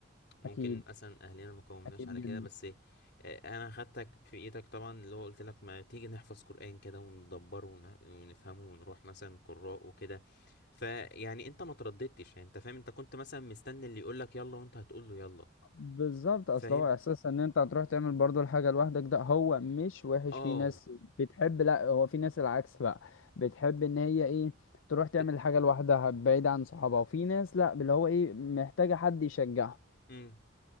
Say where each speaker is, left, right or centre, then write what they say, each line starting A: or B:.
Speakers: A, on the left (about 60°); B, on the left (about 80°).
A: ممكن
B: اكيد
A: مثلا اهلنا ما قومناش
B: اكيد
A: على
B: جدا
A: كده بس آه، انا خدتك في ايدك طبعا اللي هو قلت لك ما تيجي نحفظ قرآن كده وندبره ون- ونفهمه ونروح مثلا قراء وكده فيعني انت ما ترددتش يعني انت فاهم انت كنت مثلا مستني اللي يقول لك يلا وانت هتقول له يلا
B: بالظبط اصل
A: فاهم
B: هو احساس ان انت هتروح تعمل برضو الحاجه لوحدك ده هو مش وحش
A: اه
B: في ناس بتحب لا هو في ناس العكس بقى بتحب ان هي ايه تروح تعمل
A: ت...
B: الحاجه لوحدها بعيد عن صحابها وفي ناس لا اللي هو ايه محتاجه حد يشجعها
A: امم